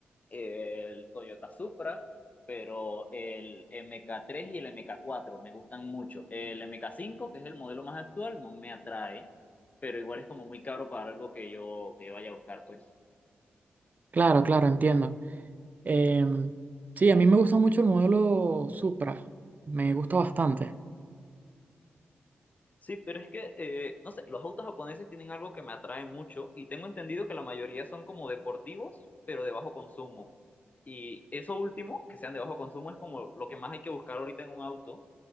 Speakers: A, on the left; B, on the right.
A: el Toyota Supra, pero el MK3 y el MK4 me gustan mucho. El MK5, que es el modelo más actual, no me atrae, pero igual es como muy caro para algo que yo, que yo vaya a buscar, pues.
B: Claro, claro, entiendo. Em, sí, a mí me gusta mucho el modelo Supra, me gusta bastante.
A: Sí, pero es que, eh, no sé, los autos japoneses tienen algo que me atrae mucho y tengo entendido que la mayoría son como deportivos, pero de bajo consumo. Y eso último, que sean de bajo consumo, es como lo que más hay que buscar ahorita en un auto,